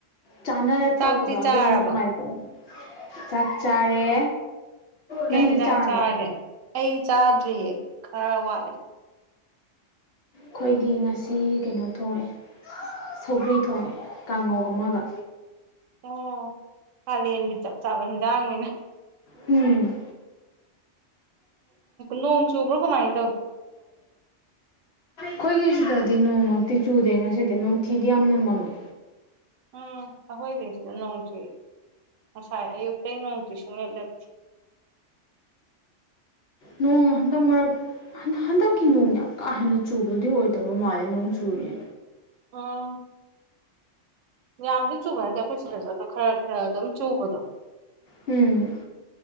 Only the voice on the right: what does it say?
ꯆꯥꯛꯇꯤ
ꯆꯥꯔꯕꯣ
ꯀꯩ
ꯍꯤꯡꯁꯥꯡ
ꯆꯥꯔꯒꯦ ꯑꯩ ꯆꯥꯗ꯭ꯔꯤꯌꯦ ꯈꯔ ꯋꯥꯠꯂꯤ
ꯑꯣ ꯀꯥꯂꯦꯟꯒꯤ ꯆꯞ ꯆꯥꯕ ꯍꯤꯟꯖꯥꯡꯅꯤꯅꯦ
ꯅꯣꯡ ꯆꯨꯕ꯭ꯔꯣ ꯀꯃꯥꯏꯟ
ꯎꯝ ꯑꯩꯈꯣꯏꯗꯤ ꯁꯤꯗ ꯅꯣꯡ ꯆꯨꯏ ꯉꯁꯥꯏ ꯑꯌꯨꯛꯇꯩ ꯅꯣꯡ ꯆꯨ ꯁꯨꯡꯂꯦꯞ ꯂꯦꯞꯇꯦ
ꯑꯥ ꯌꯥꯝꯗꯤ ꯆꯨꯕ ꯅꯠꯇꯦ ꯑꯩꯈꯣꯏ ꯁꯤꯗꯖꯨ ꯑꯗꯣ ꯈꯔ ꯈꯔ ꯑꯗꯨꯝ ꯆꯨꯕꯗꯣ